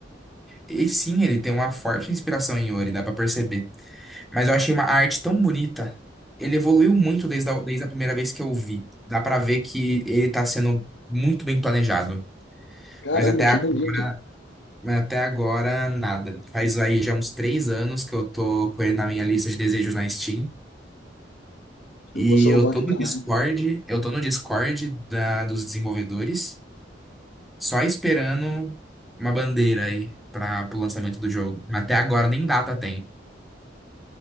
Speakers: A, in the centre; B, on the left.
A: E sim, ele tem uma forte inspiração em Yuri, dá pra perceber. Mas eu achei uma arte tão bonita. Ele evoluiu muito desde a, desde a primeira vez que eu vi. Dá pra ver que ele tá sendo muito bem planejado.
B: Caramba,
A: Mas até
B: que
A: agora,
B: bonito.
A: mas até agora, nada. Faz aí já uns três anos que eu tô com ele na minha lista de desejos na Steam. E
B: Eu vou salvar
A: eu tô
B: aqui
A: no
B: também.
A: Discord, eu tô no Discord da, dos desenvolvedores, só esperando uma bandeira aí para o lançamento do jogo. Mas Até agora nem data tem.